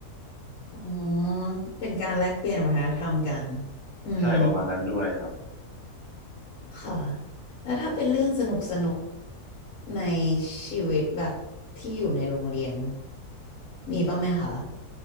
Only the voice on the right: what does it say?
ใช่ประมาณนั้นด้วยครับ